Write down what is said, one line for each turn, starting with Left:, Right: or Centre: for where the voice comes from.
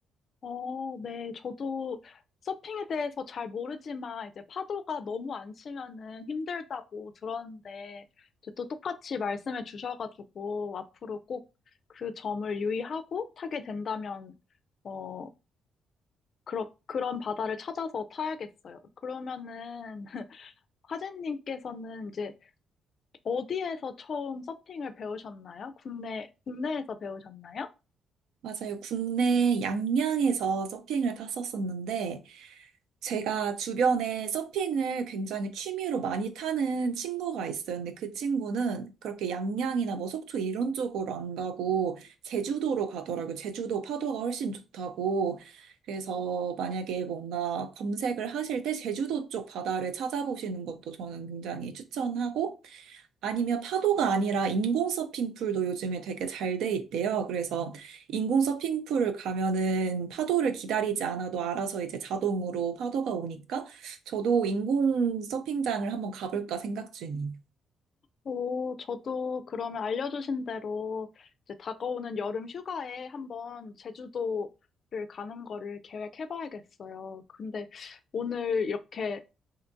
Left: 어, 네. 저도 서핑에 대해서 잘 모르지만 이제 파도가 너무 안 치면은 힘들다고 들었는데 이제 또 똑같이 말씀해 주셔가지고 앞으로 꼭 그 점을 유의하고 타게 된다면 어, 그러, 그런 바다를 찾아서 타야겠어요. 그러면은 <laughs> 화재님께서는 이제 어디에서 처음 서핑을 배우셨나요? 국내, 국내에서 배우셨나요?
Right: 맞아요. 국내 양양에서 서핑을 탔었었는데, 제가 주변에 서핑을 굉장히 취미로 많이 타는 친구가 있어요. 근데 그 친구는 그렇게 양양이나 뭐 속초 이런 쪽으로 안 가고, 제주도로 가더라고요. 제주도 파도가 훨씬 좋다고. 그래서 만약에 뭔가 검색을 하실 때 제주도 쪽 바다를 찾아보시는 것도 저는 굉장히 추천하고, 아니면 파도가 아니라 인공 서핑풀도 요즘에 되게 잘 돼 있대요. 그래서 인공 서핑풀을 가면은 파도를 기다리지 않아도 알아서 이제 자동으로 파도가 오니까 저도 인공 서핑장을 한번 가볼까 생각 중이에요.
Left: 오, 저도 그러면 알려주신 대로 이제 다가오는 여름 휴가에 한번 제주도를 가는 거를 계획해봐야겠어요. 근데 오늘 이렇게